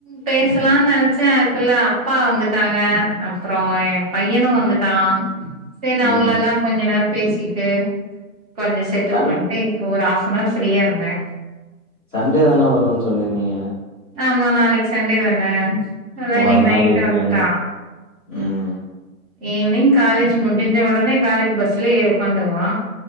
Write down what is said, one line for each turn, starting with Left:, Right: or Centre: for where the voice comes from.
Right: பேசலானு நனைச்சே அதுக்குள்ள அப்பா வந்துட்டாங்க அப்பறோ பையனு வந்துட்டா சரி நா
Centre: ம்
Right: அவங்களல்லா கொஞ்சோ நேரோ பேசிட்டு கொஞ்சோ செட்டில்
Centre: சண்டே
Right: பண்ட்டு ப்போ ஒரு ஃஹாப் அன்ஆர் ஃப்ரீயா இருந்தே
Centre: சண்டே தான வருவோன்னு சொன்னே நீங்க
Right: ஆமா நாளைக்கு சண்டே தான அதா
Centre: ஓ
Right: இன்னைக்கி
Centre: அதனால
Right: நைட்டு
Centre: இப்ப
Right: வந்துட்டா
Centre: ம்
Right: ஈவ்னிங் காலேஜ் முடிஞ்ச ஒடனே காலேஜ் பஸ்ல ஏறி உக்காந்துருவா